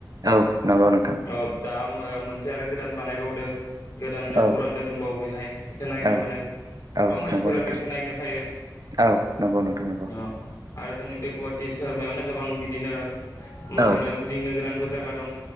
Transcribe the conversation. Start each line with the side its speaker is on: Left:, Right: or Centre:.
Right: औ नंगौ नोंथां।
Left: ओ दा मोनसे आरो गोदान बानायबावदो गोदानदो
Right: औ
Left: पुरानदो दंबावो बेहाय बेखौ नायनो
Right: औ
Left: मोनो। गोबां
Right: औ
Left: मानसिफोरा
Right: नंगौ नोंथां
Left: बेखौ नायनो फैयो।
Right: औ नंगौ नोंथां नंगौ
Left: अ आरो जोंनि बे गुवाहाटि सोहोर मायावनो गोबां बिदिनो मा
Right: औ
Left: होनो गिदिंनो गोनांबो जायगा दं।